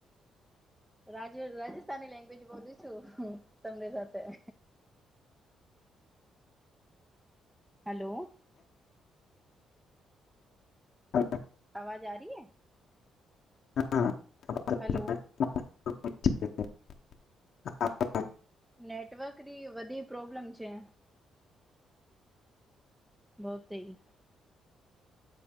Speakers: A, in the centre; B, on the left (about 65°).
A: રાજ રાજસ્થાની લેંગ્વેજ બોલું છું હુ તમને સાથે. હલો.
B: હા <inaudible>
A: આવાજ આ રહી હે?
B: હા <inaudible>
A: હલો.
B: <inaudible> હા <inaudible>
A: નેટવર્કની વધી પ્રોબ્લેમ છે. બહતે.